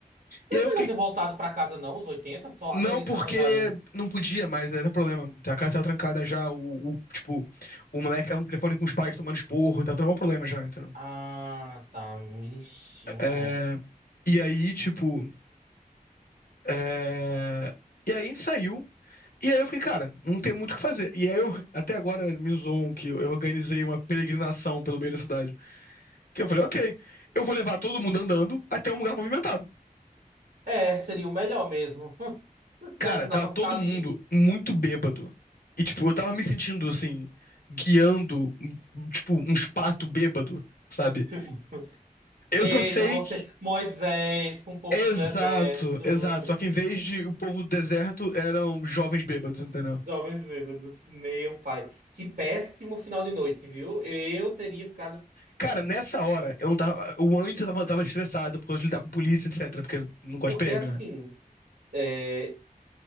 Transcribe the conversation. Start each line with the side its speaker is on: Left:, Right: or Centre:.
Right: Não
Left: E aí
Right: era
Left: eu fiquei
Right: melhor ter voltado pra casa, não, os 80 só
Left: Não,
Right: até eles
Left: porque
Right: arranjarem.
Left: não podia mais, era problema. Então, A casa tava trancada já, o, o- tipo, o moleque tava no telefone com os pais tomando esporro, tava dando um problema já, entendeu?
Right: Ah, tá. Mixi. hum.
Left: É, e aí, tipo, é, e aí a gente saiu, e aí eu fiquei, cara, não tem muito o que fazer. E aí eu, até agora, né, me zoam que eu eu organizei uma peregrinação pelo meio da cidade, que eu falei, ok, eu vou levar todo mundo andando até um lugar movimentado.
Right: É, seria o melhor mesmo. <laughs>
Left: Cara,
Right: Já que não
Left: tava
Right: dá pra
Left: todo
Right: ficar ali.
Left: mundo muito bêbado. E, tipo, eu tava me sentindo, assim, guiando, um- tipo, uns pato bêbado, sabe?
Right: <laughs>
Left: Eu
Right: Eita,
Left: só sei
Right: você,
Left: que.
Right: Moisés, com o povo
Left: Exato,
Right: do deserto.
Left: exato. Só que em vez de o povo do deserto, eram jovens bêbados, entendeu?
Right: Jovens Bêbados, meu pai. Que péssimo final de noite, viu? Eu teria ficado.
Left: Cara,
Right: eu-
Left: nessa hora, eu não tava. O antes eu tava, tava estressado por causa de lidar com polícia, etc. Porque eu não gosto
Right: Porque
Left: de PM,
Right: assim,
Left: né?
Right: é,